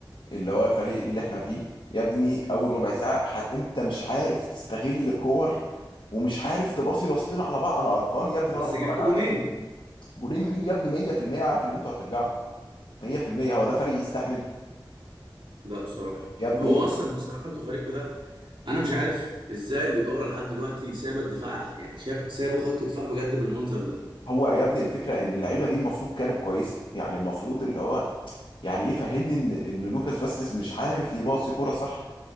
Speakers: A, on the left (about 75°); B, on the right (about 75°).
A: اللي هو الفريق اللي احنا فيه يا ابني اول
B: مم.
A: ربع ساعة حت انت مش عارف تستغل كور ومش عارف تباصي باصتين على بعض انا قرفان يا ابني
B: بس
A: وانا بتفرج
B: جبت
A: على
B: جونين
A: فريق جولين مين يا ابني 100% عارف ان انتوا هترجعوا 100% هو ده فريق يستحمل
B: لا بصراحه
A: يا ابني
B: ما هو اصلا بصراحه انتوا فريقكم ده انا مش عارف ازاي الاداره لحد دلوقتي سايبه الدفاع يعني شا- سايبه خط دفاع بجد بالمنظر ده
A: هو يا ابني الفكرة ان اللعيبة دي المفروض كانت كويسة يعني المفروض اللي هو يعني ايه فهمني ان ان لوكاس فاسكيز مش عارف يباصي كوره صح